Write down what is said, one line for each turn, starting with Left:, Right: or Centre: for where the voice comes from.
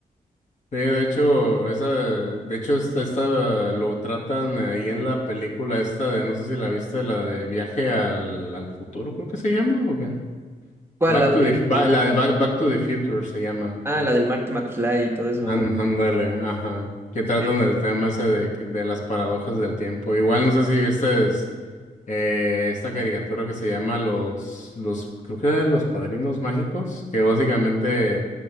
Left: Sí, de hecho, esa, de hecho, esta, esta lo tratan ahí en la película esta de, no sé si la viste, la de Viaje al, al futuro, creo que se llama, ¿o qué?
Right: ¿Cuál?
Left: Back
Right: La
Left: to
Right: de,
Left: the, ba-
Right: eh,
Left: la de Back, Back to the Future se llama.
Right: ah, la del Marty McFly y todo eso,
Left: An-
Right: ¿no?
Left: Ándale, ajá. Que
Right: Sí.
Left: tratan el tema ese de, que- de las paradojas del tiempo. Igual no sé si este es eh, esta caricatura que se llama los, los, creo que era Los Padrinos Mágicos, que básicamente